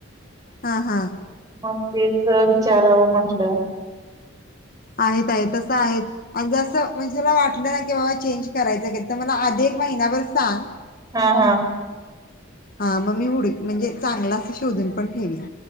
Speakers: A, on the left; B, on the right.
A: हा हा.
B: मग तेच विचारावं म्हंटलं.
A: आहेत आहेत तसं आहेत. आणि जसं म्हणजेला वाटलं ना की बाबा चेंज करायचं तिथं तर मला आधी एक महिनाभर सांग.
B: हा हा.
A: हा मग मी हुड, म्हणजे चांगला असं शोधन पण ठेवीण.